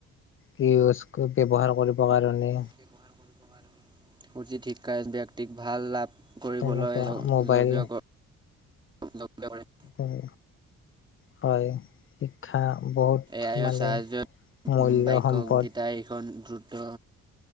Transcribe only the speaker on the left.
কি <unintelligible> ব্যৱহাৰ কৰিবৰ কাৰণে
তেনেকুৱা
মোবাইল
উম হয়। শিক্ষা বহুত
মানে
মূল্য
সম্পদ